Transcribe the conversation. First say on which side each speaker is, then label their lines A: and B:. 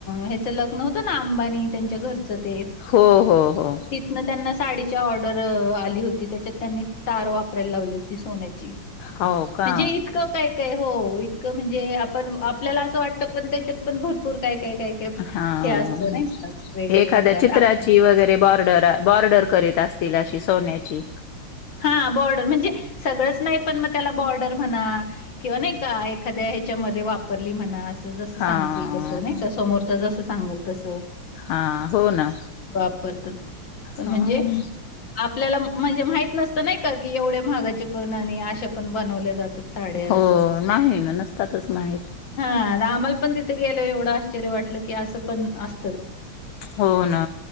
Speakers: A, on the left; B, on the left.
A: ह्याचं लग्न होतं ना, अंबानी त्यांच्या घरचं, ते?
B: हो हो हो.
A: तिथनं त्यांना साडीची ऑर्डर आली होती, त्याच्यात त्यांनी, तार वापरायला लावली होती. ती सोन्याची,
B: हो का
A: म्हणजे इतकं काय- काय, हो इतकं, म्हणजे आपण आपल्याला असं वाटतं, पण त्याच्यात, पण भरपूर काय- काय काय, काय
B: हां,
A: हे असतं नाही का वेगवेगळे
B: एखाद्या
A: प्रकार
B: चित्राची
A: आपल्याला
B: वगैरे, बॉर्डर ड-बॉर्डर करीत असतील, अशी सोन्याची
A: हां बॉर्डर, म्हणजे सगळंच नही, पण मग त्याला बॉर्डर म्हणा. किंवा नाही का, एखाद्या ह्याच्यामध्ये, वापरली म्हणा असं जस
B: हां,
A: सांगतील तस, नाही का समोरच जस सांगल तस.
B: हां, हो ना.
A: वापरतात, पण
B: हां,
A: म्हणजे आपल्याला, म्हणजे माहित नसतं नाही का, की एवढे महागाचे पण, आणि अशा पण बनवल्या जातात. साड्या
B: हो
A: असं,
B: नाही ना नसतातच माहीत.
A: हं आम्हाला पण तीत गेल्यावर आश्चर्य वाटलं की, असं पण अस
B: हो ना,